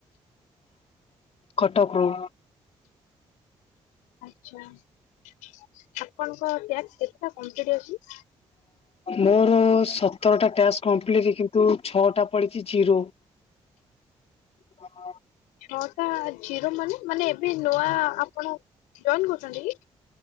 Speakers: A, on the left; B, on the left.
A: କଟକରୁୁ।
B: ଆଛା ଆପଣଙ୍କ ଟ୍ୟାକ୍ସ କେତେ ଟା କଂପ୍ଲିଟ୍ ଅଛି?
A: ମୋର ସତରଟା ଟ୍ୟସ୍ କମ୍ପ୍ଲିଟ କିନ୍ତୁ ଛଅଟା ପଡିଛି ଜିରୋ। ହଁ।
B: ନଅଟା ଜିରୋ ମାନେ ମାନେ ଏବେ ନୂଆ ଆପଣ ଜଏନ୍ କରୁଚନ୍ତି କି?